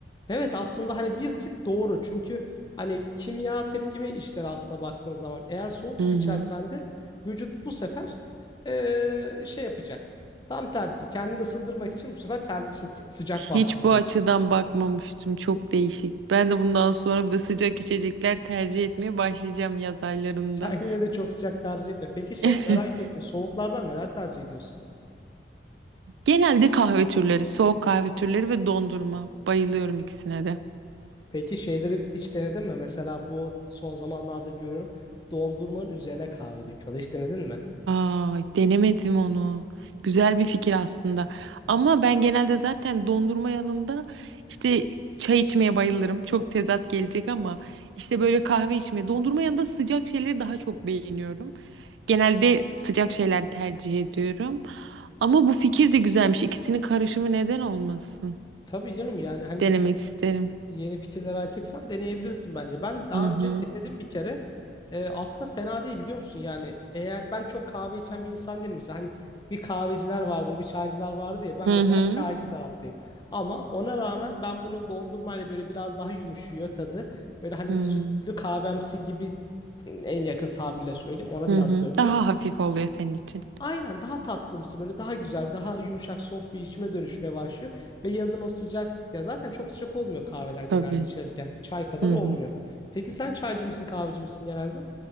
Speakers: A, on the left (about 25°); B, on the right (about 85°).
A: Evet aslında hani bir tık doğru. Çünkü hani kimya tepkimi işleri aslına baktığın zaman eğer soğuk
B: Hı
A: su
B: hı.
A: içersen de vücut bu sefer e, şey yapacak. Tam tersi kendini ısındırmak için bu sefer ter, şey, sıcak
B: Hiç
A: bastı diyeceksin.
B: bu açıdan bakmamıştım. Çok değişik. Ben de bundan sonra böyle sıcak içecekler tercih etmeye başlayacağım yaz aylarında.
A: <laughs> Sen yine de çok sıcak tercih etme. Peki şey
B: <laughs>
A: merak ettim. Soğuklardan neler tercih ediyorsun?
B: Genelde kahve türleri, soğuk kahve türleri ve dondurma. Bayılıyorum ikisine de.
A: Peki şeyleri hiç denedin mi? Mesela bu son zamanlarda görüyorum. Dondurmanın üzerine kahve döküyorlar. Hiç denedin mi?
B: Aa, denemedim onu. Güzel bir fikir aslında. Ama ben genelde zaten dondurma yanında işte çay içmeye bayılırım. Çok tezat gelecek ama işte böyle kahve içmeye, dondurma yanında sıcak şeyleri daha çok beğeniyorum. Genelde sıcak şeyler tercih ediyorum. Ama bu fikir de güzelmiş. İkisinin karışımı neden olmasın?
A: Tabii canım yani hani
B: Denemek isterim.
A: Yeni fikirlere açıksan deneyebilirsin bence. Ben daha
B: Hı hı.
A: önce denedim bir kere. Ee, aslında fena değil biliyor musun? Yani eğer ben çok kahve içen bir insan değilim. Mesela hani bir kahveciler vardır, bir çaycılar vardır ya. Ben
B: Hı
A: mesela
B: hı.
A: çaycı taraftayım. Ama ona rağmen ben bunu dondurmayla böyle biraz daha yumuşuyor tadı. Böyle hani
B: Hı
A: sütlü kahvemsi gibi en yakın tabirle söyleyeyim. Ona
B: hı.
A: biraz
B: hı.
A: dönüyor.
B: Daha hafif oluyor senin için.
A: Aynen daha tatlımsı böyle daha güzel daha yumuşak soft bir içime dönüşmeye başlıyor. Ve yazın o sıcak ya zaten çok sıcak olmuyor kahveler genelde
B: Tabii.
A: içerken çay kadar
B: Hı
A: olmuyor.
B: hı.
A: Peki sen çaycı mısın kahveci misin genelde?